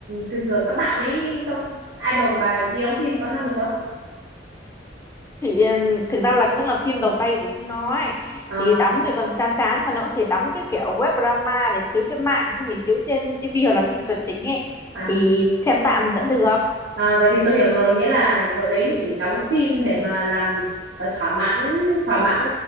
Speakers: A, on the right; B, on the left.
A: thường thường các bạn ấy không idol của bà đi đóng phim có năng lực không
B: thì um, thực ra là cũng là phim đầu tay của Phương nó ấy
A: à,
B: thì đóng thì còn chán chán mà nó cũng chỉ đóng cái kiểu web drama để chiếu trên mạng nhưng mình chiếu trên tivi hoặc là phim chuẩn chính ấy
A: à,
B: thì xem tạm thì vẫn được
A: à, vậy thì tôi hiểu rồi nghĩa là cái đội đấy nó chỉ đóng phim để mà làm ờ, thỏa mãn thỏa mãn